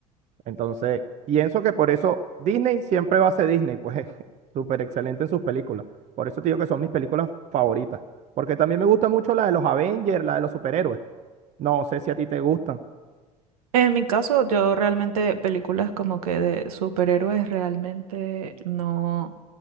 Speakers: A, on the right; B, on the right.
A: Entonces, pienso que por eso Disney siempre va a ser Disney, pues <laughs> súper excelente en sus películas. Por eso te digo que son mis películas favoritas. Porque también me gusta mucho la de los Avengers, la de los superhéroes. No sé si a ti te gustan.
B: En mi caso, yo realmente películas como que de superhéroes realmente no,